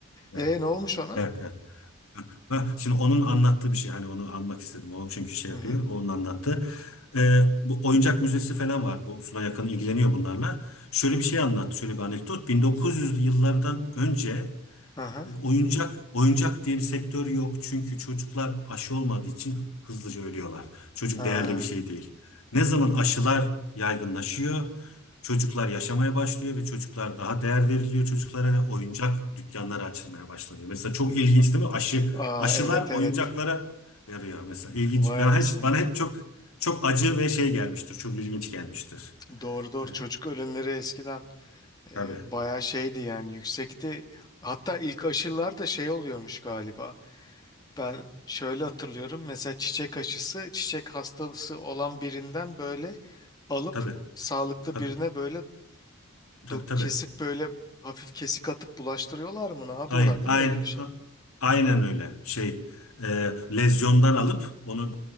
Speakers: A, on the left; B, on the left.
A: evet
B: E ne olmuş ona?
A: evet. evet. Ha, Şimdi onun anlattığı bir şey. Hani onu almak istedim. O çünkü şey
B: Hı
A: yapıyor.
B: hı.
A: Onun anlattı. Ee, bu oyuncak müzesi falan var. Bu Suna yakın ilgileniyor bunlarla. Şöyle bir şey anlattı. Şöyle bir anekdot. 1900'lü yıllardan önce
B: Aha.
A: e, Oyuncak, oyuncak diye bir sektör yok çünkü çocuklar aşı olmadığı için hızlıca ölüyorlar. Çocuk
B: Ha.
A: değerli bir şey değil. Ne zaman aşılar yaygınlaşıyor, çocuklar yaşamaya başlıyor ve çocuklar daha değer veriliyor çocuklara ve oyuncak dükkanları açılmaya başlanıyor. Mesela çok ilginç değil mi? Aşı,
B: Aa
A: aşılar
B: evet evet.
A: oyuncaklara yarıyor mesela. İlginç.
B: Vay
A: Ben
B: anasını.
A: hiç, bana hep çok çok acı ve şey gelmiştir. Çok ilginç gelmiştir.
B: Doğru doğru
A: E,
B: çocuk ölümleri eskiden e,
A: tabii,
B: bayağı şeydi yani yüksekti. Hatta ilk aşılar da şey oluyormuş galiba. Ben şöyle hatırlıyorum mesela çiçek aşısı çiçek hastalığı olan birinden böyle alıp
A: tabii,
B: sağlıklı
A: tabii,
B: birine böyle
A: tabii,
B: dok
A: tabii.
B: kesip böyle hafif kesik atıp bulaştırıyorlar mı ne yapıyorlar
A: Aynen,
B: değil
A: aynen,
B: mi öyle bir şey.
A: aynen öyle. Şey, e, lezyondan alıp onu